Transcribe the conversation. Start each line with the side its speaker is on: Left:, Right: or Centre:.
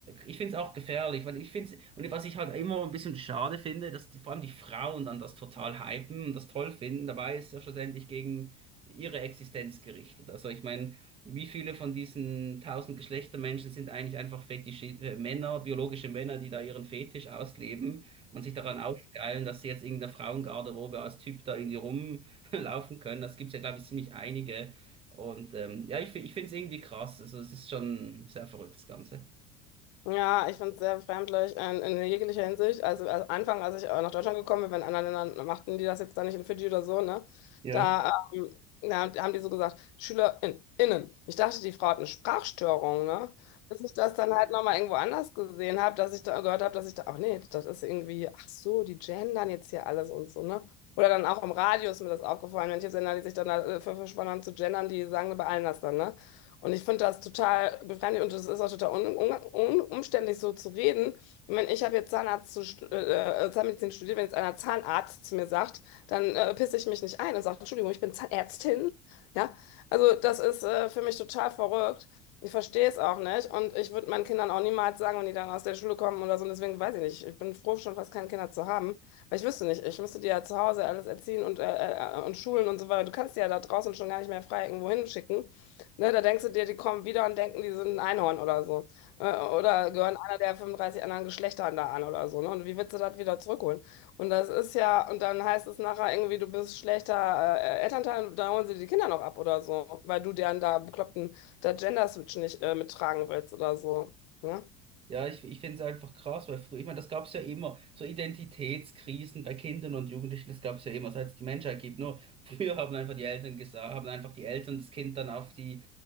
Right: ich finde es auch gefährlich, weil ich finde es, und was ich halt immer ein bisschen schade finde, dass die, vor allem die Frauen dann das total hypen und das toll finden, dabei ist es ja schlussendlich gegen ihre Existenz gerichtet. Also ich meine, wie viele von diesen tausend Geschlechtermenschen sind eigentlich einfach Fetisch, äh, Männer, biologische Männer, die da ihren Fetisch ausleben und sich daran aufgeilen, dass sie jetzt in der Frauengarderobe als Typ da irgendwie rumlaufen können. Das gibt's ja, glaube ich, ziemlich einige. Und ähm, ja, ich, fi- ich finde es irgendwie krass. Also es ist schon sehr verrückt, das Ganze.
Left: Ja, ich finde es sehr befremdlich in, in jeglicher Hinsicht. Also am Anfang, als ich äh, nach Deutschland gekommen bin, wenn in anderen Ländern machten die das jetzt dann nicht in Fidschi oder so, ne?
Right: Ja.
Left: Da, ähm, da haben die so gesagt, SchülerInnen. innen. Ich dachte, die Frau hat eine Sprachstörung, ne? Bis ich das dann halt nochmal irgendwo anders gesehen habe, dass ich da gehört habe, dass ich da, ach nee, das ist irgendwie, ach so, die gendern jetzt hier alles und so, ne? Oder dann auch im Radio ist mir das aufgefallen, manche Sender, die sich dann dafür verschworen haben zu gendern, die sagen bei allen das dann, ne? Und ich finde das total befremdlich und es ist auch total un un umständlich, so zu reden. Ich meine, ich habe jetzt Zahnarzt zu stu- äh, äh, Zahnmedizin studiert. Wenn jetzt einer Zahnarzt zu mir sagt, dann äh, pisse ich mich nicht ein und sage, Entschuldigung, ich bin Zahnärztin. Ja, also das ist äh, für mich total verrückt. Ich verstehe es auch nicht und ich würde meinen Kindern auch niemals sagen, wenn die dann aus der Schule kommen oder so. Und deswegen weiß ich nicht. Ich bin froh, schon fast keine Kinder zu haben, weil ich wüsste nicht. Ich müsste die ja zu Hause alles erziehen und, äh, äh, und schulen und so weiter. Du kannst die ja da draußen schon gar nicht mehr frei irgendwo hinschicken. Ne, da denkst du dir, die kommen wieder und denken, die sind ein Einhorn oder so. Äh, Oder gehören einer der 35 anderen Geschlechter da an oder so. Ne? Und wie willst du das wieder zurückholen? Und das ist ja, und dann heißt es nachher irgendwie, du bist schlechter äh, äh, Elternteil, und da holen sie die Kinder noch ab oder so, weil du deren da bekloppten da Gender-Switch nicht äh, mittragen willst oder so. Ne?
Right: Ja, ich, ich finde es einfach krass, weil früher, ich meine, das gab es ja immer, so Identitätskrisen bei Kindern und Jugendlichen, das gab es ja immer, seit es die Menschheit gibt. Nur früher haben einfach die Eltern gesagt, haben einfach die Eltern das Kind dann auf die